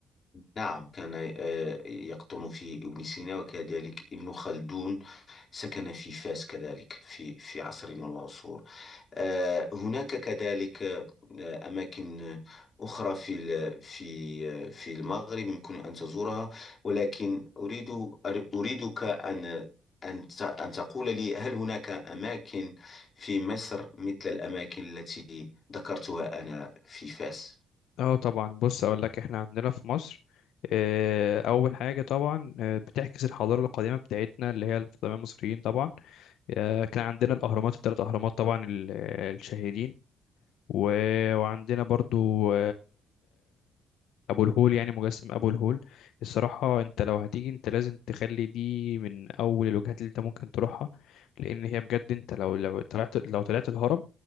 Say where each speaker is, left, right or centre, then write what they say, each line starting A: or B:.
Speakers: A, on the left; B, on the left.
A: نعم كان آه، يقطن فيه ابن سينا وكذلك ابن خلدون سكن في فاس كذلك في في عصر من العصور آه، هناك كذلك آه، أماكن أخرى في ال- في آه، في المغرب يمكن أن تزورها ولكن أريد أر- أريدك أن أن ت- أن تقول لي هل هناك أماكن في مصر مثل الأماكن التي ذكرتها أنا في فاس؟
B: اه طبعا بص اقول لك احنا عندنا في مصر آه، اول حاجه طبعا آه، بتعكس الحضاره القديمه بتاعتنا اللي هي القدماء المصريين طبعا آه، كان عندنا الاهرامات الثلاث اهرامات طبعا ال- الشهيرين و- وعندنا برضو ابو الهول يعني مجسم ابو الهول الصراحه انت لو هتيجي انت لازم تخلي دي من اول الوجهات اللي انت ممكن تروحها لان هي بجد انت لو لو طلعت لو طلعت الهرم